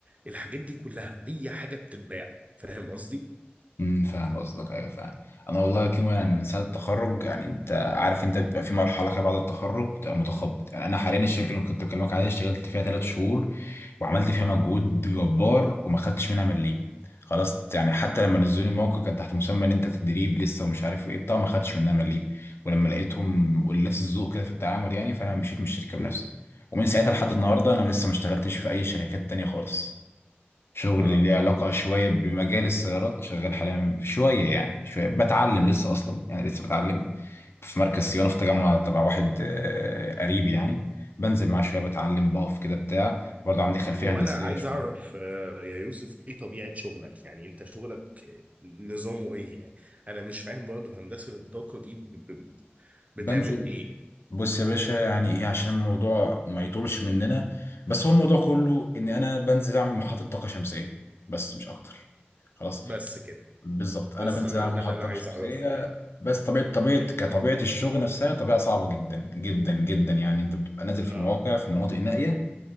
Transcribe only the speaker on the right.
الحاجات دي كلها اي حاجة بتتباع فاهم قصدي
اه
اه
هو
انا عايز
اعرف آه، يا يوسف ايه طبيعة شغلك يعني انت شغلك نظامه ايه يعني انا مش فاهم برضه هندسة الطاقة دي ب- ب- بتعمل
ايه يعني؟
بس كده
بس
انا
ده
اللي انا عايز
اعرفه يعني
اه